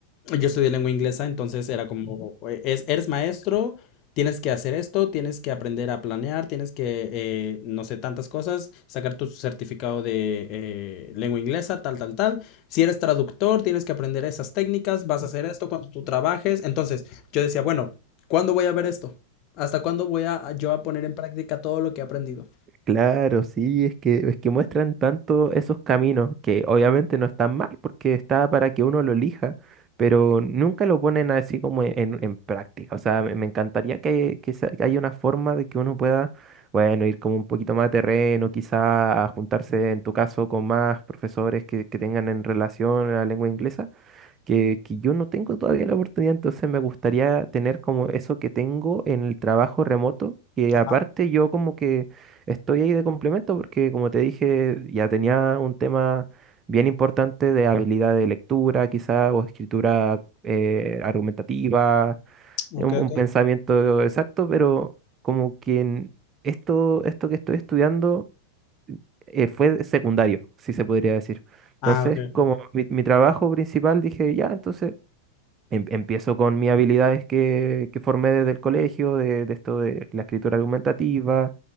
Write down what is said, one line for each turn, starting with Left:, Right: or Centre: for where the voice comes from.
Left: yo estudié lengua inglesa, entonces era como, eh, es, eres maestro, tienes que hacer esto, tienes que aprender a planear, tienes que, eh, no sé, tantas cosas, sacar tu certificado de eh, lengua inglesa, tal, tal, tal. Si eres traductor, tienes que aprender esas técnicas, vas a hacer esto cuando tú trabajes. Entonces, yo decía, bueno, ¿cuándo voy a ver esto? ¿Hasta cuándo voy a yo a poner en práctica todo lo que he aprendido?
Right: Claro, sí, es que, es que muestran tanto esos caminos que obviamente no están mal porque está para que uno lo elija, pero nunca lo ponen así como e-, en, en práctica. O sea, me, me encantaría que, que, se- que haya una forma de que uno pueda, bueno, ir como un poquito más a terreno, quizá a juntarse en tu caso con más profesores que, que tengan en relación a la lengua inglesa que, que yo no tengo todavía la oportunidad, entonces me gustaría tener como eso que tengo en el trabajo remoto, que
Left: Ajá.
Right: aparte yo como que estoy ahí de complemento, porque como te dije, ya tenía un tema bien importante de habilidad de lectura, quizá, o escritura eh, argumentativa,
Left: ok,
Right: un,
Left: ok.
Right: un pensamiento exacto, pero como que en esto, esto que estoy estudiando eh, fue secundario, si se podría decir. Entonces,
Left: Ah, ok.
Right: como mi, mi trabajo principal, dije, ya, entonces em- empiezo con mis habilidades que, que formé desde el colegio, de, de esto de la escritura argumentativa,